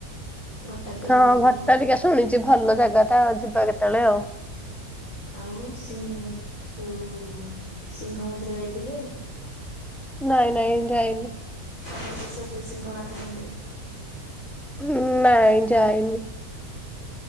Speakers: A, on the left; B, in the centre.
A: ଭଟ୍ଟାରିକା
B: ହଁ
A: ବହୁତ ବଢ଼ିଆ
B: ଭଟାରିକା
A: ଜାଗା
B: ଶୁଣିଚି ଯେ ଭଲ ଜାଗା ଟା ଯିବା କେତେବେଳେ ଆଉ।
A: ଆଉ ସିଂ ଯୋଉ ସିଂହ ମନ୍ଦିର ଯାଇଥିଲୁ?
B: ନାଇଁ ନାଇଁ ଯାଇନି।
A: <unintelligible> ଜଉ ସିଂହନାଥ ମନ୍ଦିର।
B: ଉଁ ନାଇଁ ଯାଇନି।